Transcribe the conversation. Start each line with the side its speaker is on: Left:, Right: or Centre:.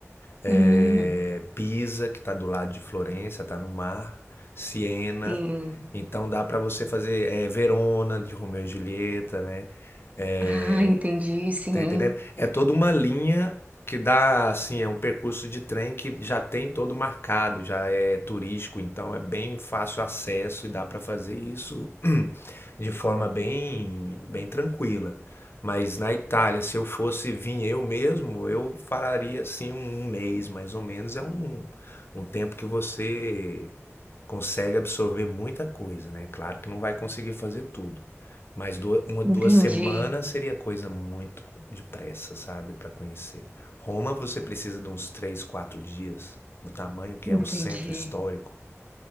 Left: é,
Right: Hum,
Left: Pisa, que tá do lado de Florença, tá no mar, Siena,
Right: sim.
Left: então dá pra você fazer é, Verona, de Romeu e Julieta, né? É,
Right: Ah, entendi, sim.
Left: Tá entendendo? É toda uma linha que dá, assim, é um percurso de trem que já tem todo marcado, já é turístico, então é bem fácil acesso e dá para fazer isso <clears throat> de forma bem, bem tranquila. Mas na Itália, se eu fosse vir eu mesmo, eu faria assim um um mês mais ou menos. É um, um tempo que você consegue absorver muita coisa, né? Claro que não vai conseguir fazer tudo, mas duas, uma, duas
Right: Entendi,
Left: semanas seria coisa muito depressa, sabe, para conhecer. Roma você precisa de uns três, quatro dias, do tamanho que
Right: entendi.
Left: é o centro histórico.